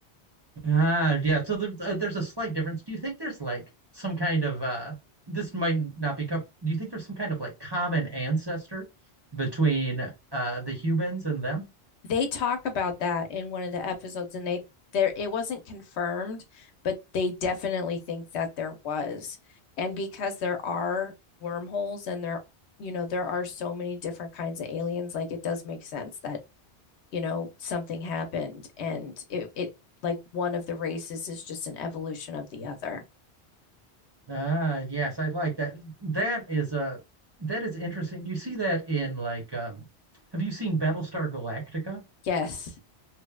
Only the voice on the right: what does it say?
Ah, yeah. So there, uh, there's a slight difference. Do you think there's like some kind of uh this might not be com- do you think there's some kind of like common ancestor between uh the humans and them?
Ah, yes, I like that. That is uh that is interesting. You see that in like um have you seen Battlestar Galactica?